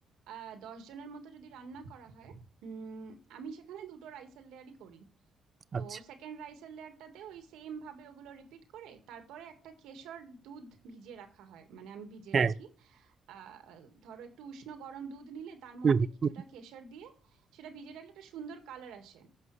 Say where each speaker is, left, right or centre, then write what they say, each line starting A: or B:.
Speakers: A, on the right; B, on the right.
A: আহ দশ জনের মতো যদি রান্না করা হয় উম আমি সেখানে দুটো রাইসের লেয়ারই করি তো
B: আচ্ছা
A: সেকেন্ড রাইসের লেয়ারটাতে ওই সেম ভাবে ওগুলো রিপিট করে তারপরে একটা কেশর দুধ ভিজিয়ে রাখা হয় মানে আমি ভিজিয়ে
B: হ্যাঁ
A: রাখি আহ ধরো একটু উষ্ণ গরম দুধ নিলে তার
B: হুম,
A: মধ্যে
B: হুম,
A: কিছুটা
B: হুম,
A: কেশর দিয়ে সেটা ভিজিয়ে রাখলে একটা সুন্দর কালার আসে